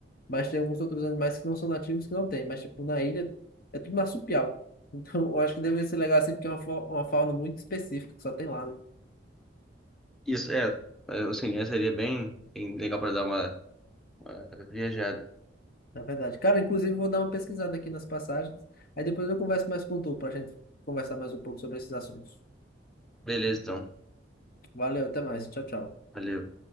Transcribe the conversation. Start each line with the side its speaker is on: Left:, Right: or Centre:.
Left: Mas tem alguns outros animais que não são nativos que não tem. Mas, tipo, na ilha é tudo marsupial. <laughs> Então, eu acho que deve ser legal assim, porque é uma, fa- uma fauna muito específica que só tem lá, né?
Centre: Isso é, é, assim, seria bem, bem legal para dar uma, uma viajada.
Left: Na verdade. Cara, inclusive, vou dar uma pesquisada aqui nas passagens. Aí depois eu converso mais com tu, pra gente conversar mais um pouco sobre esses assuntos.
Centre: Beleza, então.
Left: Valeu, até mais. Tchau, tchau.
Centre: Valeu.